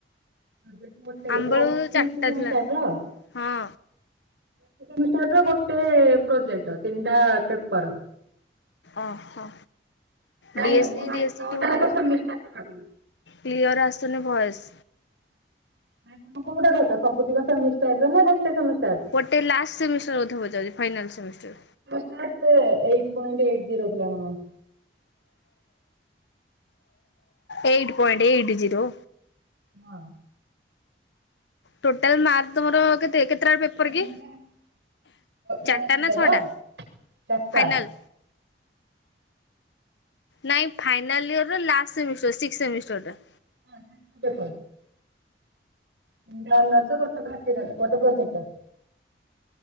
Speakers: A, on the right (about 70°); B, on the left (about 80°).
A: <unintelligible>
B: ଆମ୍ବବେଳୁ
A: ଓ ସିକ୍ସ
B: ଚାରିଟା
A: ସେମିଷ୍ଟର
B: ଥିଲା
A: ର?
B: ହଁ
A: ମି ର ଗୋଟେ ପ୍ରୋଜେକ୍ଟ ତିନିଟା ପେପର।
B: ଓହୋ।
A: ନାଇଁ
B: ଡିଏସି
A: ମୁଁ ଛଅ
B: ଡିଏସି
A: ଟା ସେମିଷ୍ଟର କଥା କହିଲି।
B: କ୍ଲିଅର ଆସୁନି ଭଏସ୍।
A: ନାଇଁ ତମ କୋଉଟା ସବୁ ସେମିଷ୍ଟାର ନା ଗୋଟେ ସେମିଷ୍ଟର
B: ଗୋଟେ ଲାଷ୍ଟ ସେମିଷ୍ଟର କଥା ପଚାରୁଛି final semester.
A: <unintelligible> Eight point eight zero ଥିଲା ନା କଣ।?
B: ଏଇଟି ପଏଣ୍ଟ ଏଇଟ୍ ଜିରୋ?
A: ହଁ।
B: ଟୋଟାଲ ମାର୍କ ତମର କେତେ? କେତେ ଟା ପେପ୍ ପେପର
A: ଏମିତି
B: କି
A: ଲାଷ୍ଟ
B: ଚାରଟା ନାଁ
A: ତ
B: ଛ ଟା
A: ଚାରିଟା
B: ଫାଇନାଲ? ନାଇଁ ଫାଇନାଲ୍ ଇୟର ର ଲାଷ୍ଟ ସେମିଷ୍ଟର ସିକ୍ସ ସେମିଷ୍ଟର ଟା।
A: <unintelligible> <unintelligible> ଗୋଟେ ପ୍ରାକ୍ଟିକାଲ ପ୍ରୋଜେକ୍ଟ।